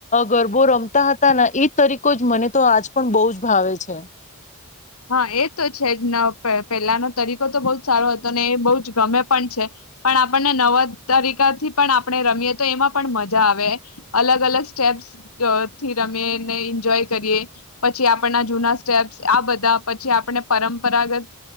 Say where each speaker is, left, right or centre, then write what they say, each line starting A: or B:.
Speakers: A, on the left (about 35°); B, on the left (about 80°).
A: ગરબો રમતા હતા ને એ તરીકો જ મને તો આજ પણ બહુ જ ભાવે છે.
B: હા એ તો જ એટલા પછી આપણને પરંપરાગત